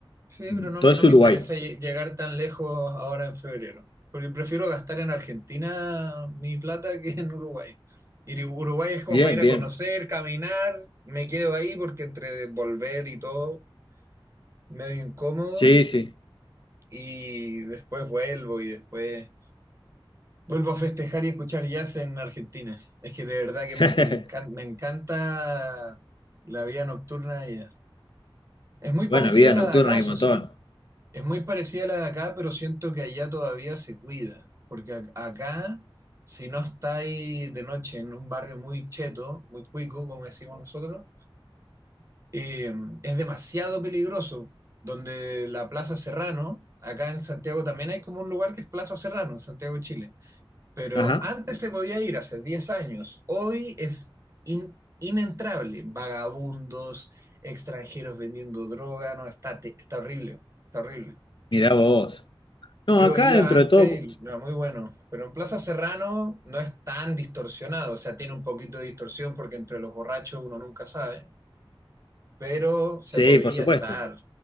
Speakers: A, on the right (about 35°); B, on the left (about 60°).
A: Sí,
B: Mm,
A: pero no,
B: Todo
A: no
B: es
A: me
B: Uruguay.
A: interesa lle- llegar tan lejos ahora en febrero. Porque prefiero gastar en Argentina mi plata que en Uruguay. Y Uruguay es como
B: Bien,
A: para ir a
B: bien.
A: conocer, caminar, me quedo ahí porque entre volver y todo, medio incómodo.
B: Sí, sí.
A: y después vuelvo y después vuelvo a festejar y escuchar jazz en Argentina. Es que de verdad que
B: <laughs>
A: me, me encanta me encanta la vida nocturna de allá. Es muy parecida
B: Bueno, vida
A: a la
B: nocturna
A: de acá,
B: hay
A: eso
B: un montón.
A: sí. Es muy parecida a la de acá, pero siento que allá todavía se cuida. Porque a- acá, si no estáis de noche en un barrio muy cheto, muy cuico, como decimos nosotros, eh, es demasiado peligroso. Donde la Plaza Serrano, acá en Santiago también hay como un lugar que es Plaza Serrano, en Santiago, Chile. Pero
B: Ajá,
A: antes se podía ir, hace 10 años. Hoy es in- inentrable. Vagabundos, extranjeros vendiendo droga, no, está, te- está horrible, está horrible.
B: mirá vos.
A: Yo
B: No, acá
A: iba
B: dentro
A: antes
B: de todo,
A: y era muy bueno, pero en Plaza Serrano no es tan distorsionado, o sea, tiene un poquito de distorsión porque entre los borrachos uno nunca sabe, pero se
B: sí,
A: podía
B: por supuesto.
A: estar,